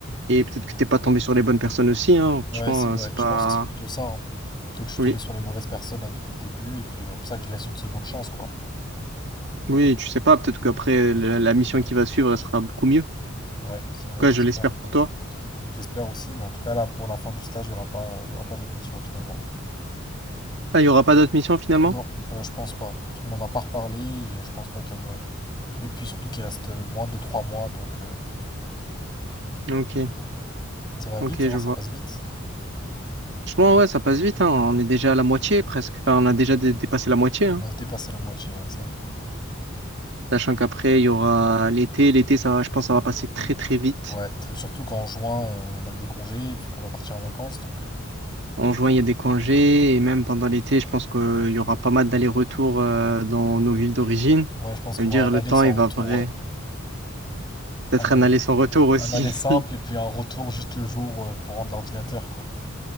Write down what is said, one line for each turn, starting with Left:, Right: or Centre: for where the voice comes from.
Right: Et peut-être que t'es pas tombé sur les bonnes personnes aussi, hein. Franchement,
Left: Ouais, c'est vrai.
Right: euh, c'est pas.
Left: Je pense que c'est plutôt ça. hein. Plutôt que je suis
Right: Oui,
Left: tombé sur les mauvaises personnes là depuis le début. Et puis, euh, c'est pour ça que je laisse une seconde chance, quoi.
Right: oui, tu sais pas. Peut-être qu'après la, la mission qui va suivre, elle sera beaucoup mieux.
Left: Ouais, c'est vrai,
Right: Quoi,
Left: je l'espère.
Right: je l'espère pour toi.
Left: Je l'espère aussi, mais en tout cas, là, pour la fin du stage, il n'y aura pas, il y aura pas d'autres missions finalement.
Right: Ah, il y aura pas d'autres missions finalement?
Left: Non, euh, je pense pas. Parce qu'on m'en a pas reparlé et je pense pas qu'il y en aurait. Et puis surtout qu'il reste euh, moins de 3 mois, donc euh,
Right: Ok.
Left: ça va vite,
Right: Ok,
Left: hein,
Right: je
Left: ça
Right: vois.
Left: passe vite.
Right: Franchement, ouais, ça passe vite, hein. On est déjà à la moitié presque. Enfin, on a déjà
Left: Ouais.
Right: dé- dépassé la moitié, hein.
Left: On a dépassé la moitié, ouais, ça y est.
Right: Sachant qu'après, il y aura l'été. L'été, ça va, je pense, ça va passer très, très vite.
Left: Ouais, très- surtout qu'en juin, euh, on a des congés, puis qu'on va partir en vacances, donc euh,
Right: En juin, il y a des congés. Et même pendant l'été, je pense qu'il y aura pas mal d'allers-retours euh, dans nos villes d'origine.
Left: ouais, je pense qu'il
Right: Ça veut dire,
Left: y aura un
Right: le
Left: aller
Right: temps,
Left: sans
Right: il
Left: retour,
Right: va vrai.
Left: ouais.
Right: Peut-être
Left: Un aller,
Right: un aller sans retour aussi.
Left: un aller simple
Right: <laughs>
Left: et puis un retour juste le jour euh, pour rendre l'ordinateur, quoi.